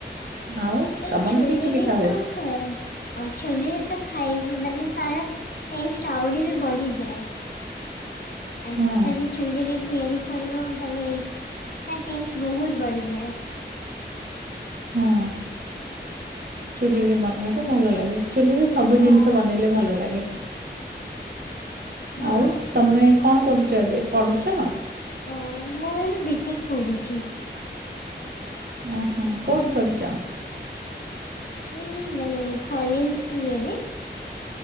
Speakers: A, on the right; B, on the left.
A: ଆଉ
B: ନ
A: ତମର
B: ଚୁଲିରେ
A: କି କି ପିଠା ହୁଏ?
B: ତ ଚୁଲିରେ ତ ଖାଇବ ମାନେ ତାର ଟେଷ୍ଟ ଆହୁରି ବି ବଢିଯାଏ ଆଜିିକାଲି
A: ହୁଁ
B: ଚୁଲିରେ ତିଆରି କରିବ ମାନେ ତା ଟେଷ୍ଟ ବହୁତ ବଢିଯାଏ।
A: ହୁଁ ଚୁଲିରେ ବନେଇଲେ ଭଲ ଲାଗେ। ଚୁଲିରେ ସବୁ
B: ହଁ
A: ଜିନିଷ ବନେଇଲେ ଭଲ ଲାଗେ।
B: ହଁ
A: ଆଉ ତମେ କଣ କରୁଛ ଏବେ ପଢୁଚ?
B: ହଁ ମୁଁ ଏବେ ବି ଟିକେ କରୁଚି।
A: ଓ ହୋ କୋଉଠି କରୁଚ?
B: ଏଇ ମାନେ କଲେଜ ଇଏରେ